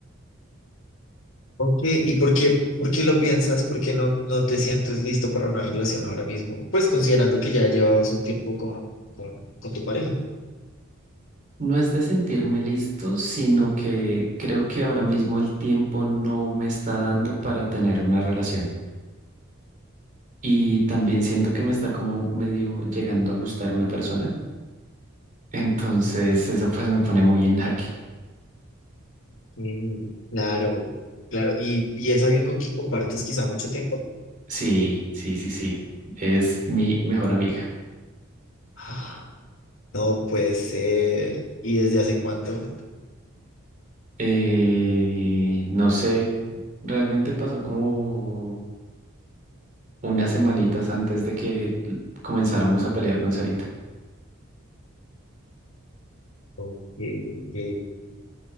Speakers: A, on the left (about 65°); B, on the right (about 40°).
A: Ok, ¿y por qué, por qué lo piensas? ¿Por qué no, no te sientes listo para una relación ahora mismo? Pues considerando que ya llevabas un tiempo con, con, con tu pareja.
B: No es de sentirme listo, sino que creo que ahora mismo el tiempo no me está dando para tener una relación. Y también siento que me está como medio llegando a gustar una persona. <laughs> Entonces eso pues me pone muy en jaque.
A: Mm, claro, claro. ¿Y, y es alguien con quien compartes quizá mucho tiempo?
B: Sí, sí, sí, sí. Es mi mejor amiga.
A: Ah, No puede ser. ¿Y desde hace cuánto?
B: Eh, no sé, realmente pasó como unas semanitas antes de que l- comenzáramos a pelear con Sarita.
A: Ok, ok.